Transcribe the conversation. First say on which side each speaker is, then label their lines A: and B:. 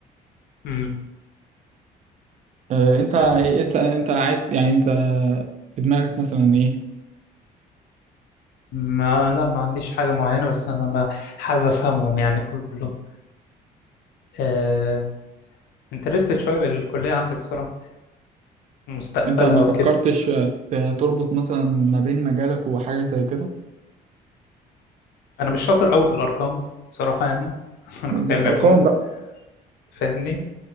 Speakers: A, on the left; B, on the right.
A: امم
B: آه، أنت أنت
A: لا
B: أنت عايز يعني أنت في دماغك مثلا إيه
A: ما لا ما عنديش حاجة معينة بس انا ب- حابب افهمهم يعني كلهم آه... انترستد شوية بالكلية عندك بصراحة مستقبلها
B: أنت ما
A: وكده
B: فكرتش آه، تربط مثلا ما بين مجالك وحاجة زي كده
A: انا مش شاطر قوي في الارقام بصراحة يعني <laughs> انا
B: مش
A: كنت علمي
B: أرقام
A: علوم
B: بقى
A: فاهمني